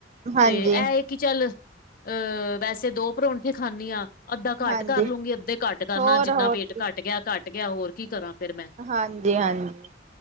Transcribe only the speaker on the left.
ਤੇ ਐ ਇੱਕ ਕਿ ਚੱਲ ਅਹ ਵੈਸੇ ਦੋ ਪਰੋਂਠੇ ਖਾਂਦੀ ਹਾਂ। ਅੱਧਾ ਘੱਟ
ਕਰ ਲਊਗੀ ਅੱਧੇ ਘੱਟ ਕਰਨਾ
ਜਿੰਨਾ
ਵੇਟ
ਘੱਟ ਗਿਆ ਘੱਟ ਗਿਆ ਹੋਰ ਕੀ ਕਰਾਂ। ਫਿਰ ਮੈਂ,